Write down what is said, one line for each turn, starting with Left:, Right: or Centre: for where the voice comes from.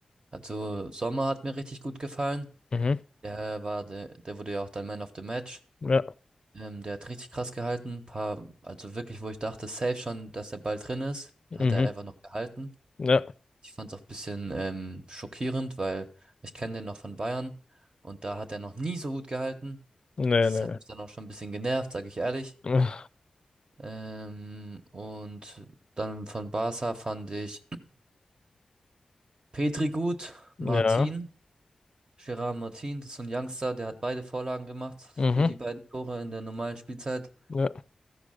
Right: also Sommer hat mir richtig gut gefallen.
Left: Mhm.
Right: Der war, der, der wurde ja auch dein Man of the Match.
Left: Ja.
Right: Ähm, der hat richtig krass gehalten. Paar, also wirklich, wo ich dachte, safe schon, dass der Ball drin ist,
Left: Mhm.
Right: hat er einfach noch gehalten.
Left: Ja.
Right: Ich fand es auch ein bisschen ähm, schockierend, weil ich kenne den noch von Bayern und da hat er noch nie so gut gehalten.
Left: Nee,
Right: Das
Left: nee.
Right: hat mich dann auch schon ein bisschen genervt, sage ich ehrlich.
Left: nee.
Right: Ähm, und dann von Barca fand ich Petri gut,
Left: Ja.
Right: Martin, Gerard Martin, das ist so ein Youngster, der hat beide Vorlagen gemacht für
Left: Mhm.
Right: die beiden Tore in der normalen Spielzeit.
Left: Ja.